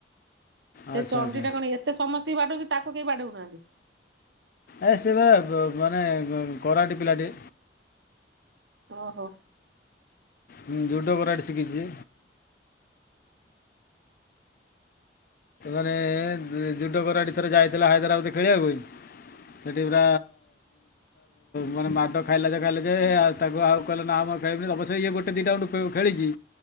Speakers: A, on the right (about 80°); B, on the left (about 50°).
A: ସେ
B: ଆଚ୍ଛା
A: ଚଣ୍ଡି
B: ଆଚ୍ଛା
A: ଟା କଣ ଏତେ ସମସ୍ତେ ବି ବାଟୁଛି ତାକୁ କେହି ପାଟଉନାହାନ୍ତି
B: ଏ ବା ମାନେ କରଟେ ପିଲାଟି
A: ଓ ହୋ।
B: ହଁ ଜୁଟ କରଡେ ଶିଖିଛି। ାନେ ଯୁଡ କରଡି ଥର ଯାଇଥିଲା ହାଇଦ୍ରାବାଦ ଖେଳିବାକୁ ହ ସେଠି ପୁର ମାନେ ମାଡ ଖାଇଲା ଯେ ଖାଇଲା ଯେ ତାକୁ ଆଉ କହିଲ ନା ଖେଳିବିନି ତ ସେ ଇଏ ଗୋଟେ ଦିଟାଣ୍ଡୁ ଖେଳିଛି